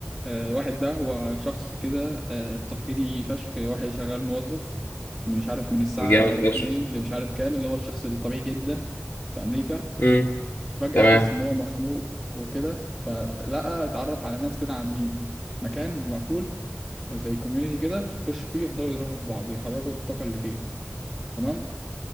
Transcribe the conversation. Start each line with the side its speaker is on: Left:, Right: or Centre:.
Centre: آه، الواحد ده هو شخص كده آه، تقليدي فشخ واحد شغال موظف مش عارف من الساعة
Left: جامد فشخ
Centre: اتنين اللي مش عارف كام اللي هو الشخص الطبيعي جدا في أمريكا
Left: امم
Centre: فجأة
Left: تمام
Centre: حس إن هو مخنوق وكده فلقى اتعرف على ناس كده عاملين مكان مقفول زي كوميونيتي كده يخشوا فيه يفضلوا يضربوا في بعض يخرجوا الطاقة اللي فيهم تمام